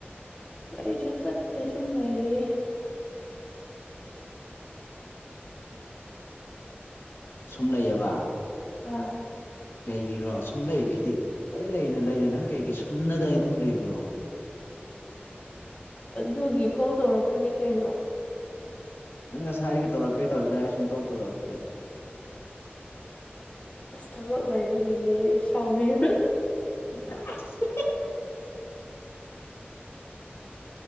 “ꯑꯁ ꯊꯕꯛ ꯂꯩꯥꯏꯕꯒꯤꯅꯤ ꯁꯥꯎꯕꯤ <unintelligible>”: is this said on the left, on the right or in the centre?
Left